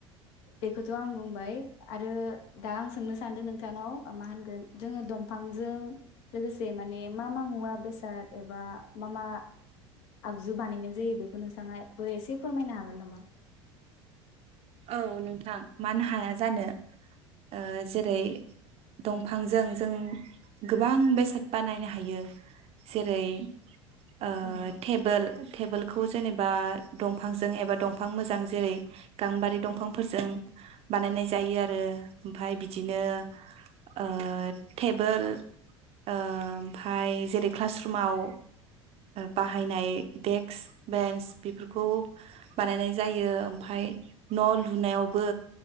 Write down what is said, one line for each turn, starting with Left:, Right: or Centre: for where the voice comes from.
Left: बेखौथ' आं बुंबाय आरो दा आं सोंनो सानदों नोंथांनाव मा होनगोन जोङो दंफांजों लोगोसे माने मा मा मुवा बेसाद एबा मा मा आगजु बानायनाय जायो बे बो नोंसांङा बो एसे फोरमायनो हागोन नामा?
Right: औ नोंथां मानो हाया जानो ओ जेरै दंफांजों जों गोबां बेसाद बानायनो हायो। जेरै ओ
Left: औ
Right: टेबोल टेबोलखौ जेनेबा दंफांजों एबा दंफां मोजां जेरै गांबारि दंफांफोरजों बानायनाय जायो आरो ओमफाय बिदिनो ओ टेबोल ओमफाय जेरै क्लासरुमाव बाहायनाय देक्स बेन्स बेफोरखौ बानायनाय जायो ओमफाय न लुनायावबो